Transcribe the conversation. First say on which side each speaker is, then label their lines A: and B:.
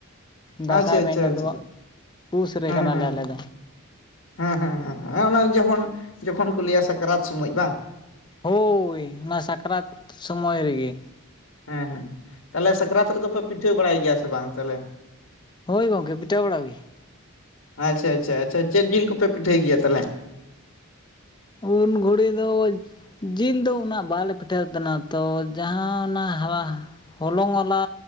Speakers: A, on the left (about 20°); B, on the left (about 65°).
A: ᱫᱟᱸᱥᱟᱭ
B: ᱟᱪᱪᱷᱟ ᱟᱪᱪᱷᱟ
A: ᱢᱟᱹᱦᱱᱟᱹ
B: ᱟᱪᱪᱷᱟ
A: ᱫᱚ ᱯᱩᱥ ᱨᱮ
B: ᱦᱮᱸ
A: ᱠᱟᱱᱟᱞᱮ
B: ᱦᱮᱸ
A: ᱟᱞᱮ ᱫᱚ
B: ᱦᱮᱸ ᱦᱮᱸ ᱦᱩᱸᱻ ᱚᱱᱟ ᱡᱚᱠᱷᱚᱱ ᱡᱚᱠᱷᱚᱱ ᱠᱚ ᱞᱟᱹᱭᱟ ᱥᱟᱠᱨᱟᱛ ᱥᱚᱢᱚᱭ ᱵᱟᱝ
A: ᱦᱳᱭ ᱚᱱᱟ ᱥᱟᱠᱨᱟᱛ ᱥᱚᱢᱚᱭ ᱨᱮᱜᱮ
B: ᱦᱮᱸ ᱦᱮᱸ ᱛᱟᱦᱞᱮ ᱥᱟᱠᱨᱟᱛ ᱨᱮᱫᱚ ᱯᱮ ᱯᱤᱴᱷᱟᱹ ᱵᱟᱲᱟᱭ ᱜᱮᱭᱟ ᱥᱮ ᱵᱟᱝ ᱛᱟᱞᱮ?
A: ᱦᱳᱭ ᱜᱚᱝᱠᱮ ᱯᱤᱴᱷᱟᱹ ᱵᱟᱲᱟ ᱜᱤ᱾
B: ᱟᱪᱪᱷᱟ ᱟᱪᱪᱷᱟ ᱟᱪᱪᱷᱟ ᱪᱮᱫ ᱡᱤᱞ ᱠᱚᱯᱮ ᱯᱤᱴᱷᱟᱹᱭ ᱜᱮᱭᱟ ᱛᱟᱞᱦᱮ?
A: ᱩᱱ ᱜᱷᱩᱲᱤ ᱫᱚ ᱡᱤᱞ ᱫᱚ ᱩᱱᱟᱹᱜ ᱵᱟᱞᱮ ᱯᱤᱴ ᱴᱟᱹ ᱛᱟᱱᱟ ᱛᱚ ᱡᱟᱦᱟᱸ ᱚᱱᱟ ᱦᱟᱣᱟ ᱦᱚᱞᱚᱝ ᱚᱱᱟ